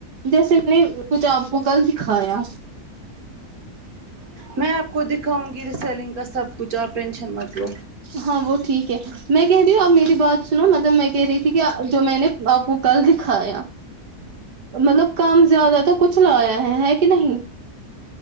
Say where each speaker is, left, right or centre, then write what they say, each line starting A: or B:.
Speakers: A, on the right; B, on the right.
A: جیس پا وہ کل سکھایا
B: میں آپ کو دکھاؤں گی ریسیلنگ کا سب کچھ آپ ٹینشن مت لو
A: ہاں وه ٹھیک ہے میں کہہ رہی ہوں آپ میری بات سنو مطلب میں کہہ رہی تھی کہ جو میں نے آپ کو کل دکھایا مطلب کام زیادہ تو کچھ لایا ہے ہے کہ نہیں